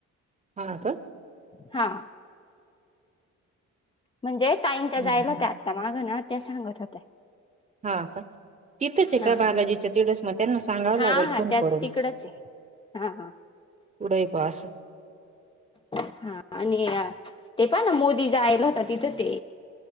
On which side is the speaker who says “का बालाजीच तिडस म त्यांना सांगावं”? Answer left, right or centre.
Right